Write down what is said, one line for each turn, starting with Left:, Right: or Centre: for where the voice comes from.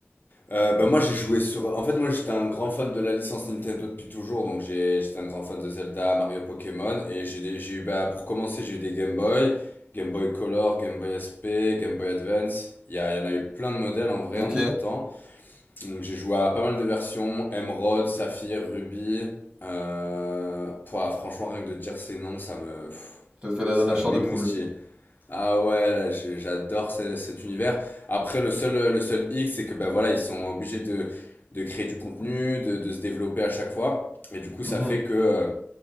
Left: Euh, ben moi j'ai joué sur. En fait moi j'étais un grand fan de la licence Nintendo depuis toujours, donc j'ai j'étais un grand fan de Zelda, Mario, Pokémon, et j'ai des... j'ai eu bah pour commencer j'ai eu des Game Boy, Game Boy Color, Game Boy SP, Game Boy Advance. Il y, a... il y en a eu plein de modèles en vrai
Right: Ok,
Left: entre temps. Donc j'ai joué à pas mal de versions, Emerald, Saphir, Ruby. Euh... Pouah, franchement rien que de dire ces noms ça me pff,
Right: toi tu fais dans
Left: ça
Right: la chair
Left: m'émoustille.
Right: de poule.
Left: Ah ouais, là, je- j'adore ce- cet univers. Après, le seul, le seul hic, c'est que ben voilà, ils sont obligés de, de créer du contenu, de, de se développer à chaque fois. Et du coup,
Right: Mhm.
Left: ça fait que euh,